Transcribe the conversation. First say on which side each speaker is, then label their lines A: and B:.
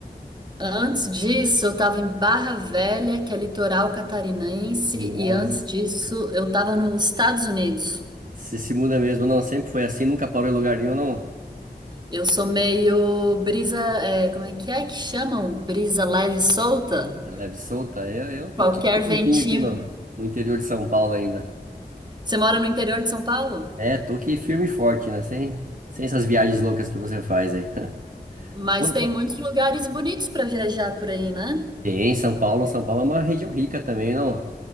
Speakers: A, on the right; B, on the right.
A: Antes disso, eu tava em Barra Velha, que é litoral catarinense,
B: Nossa,
A: e antes disso, eu tava nos Estados Unidos.
B: você se muda mesmo, não? Sempre foi assim, nunca parou em lugar nenhum, não?
A: Eu sou meio brisa, é, como é que é que chamam? Brisa leve e solta?
B: É Leve e solta. Eu, eu tô
A: Qualquer
B: aqui no
A: ventinho.
B: meu cantinho aqui no, no interior de São Paulo ainda.
A: Você mora no interior de São Paulo?
B: É, tô aqui firme e forte, né? Sem, sem essas viagens loucas que você faz, hein? <laughs>
A: Mas
B: Quando-
A: tem
B: quando-
A: muitos lugares bonitos para viajar por aí, né?
B: Tem, São Paulo. São Paulo é uma região rica também, não?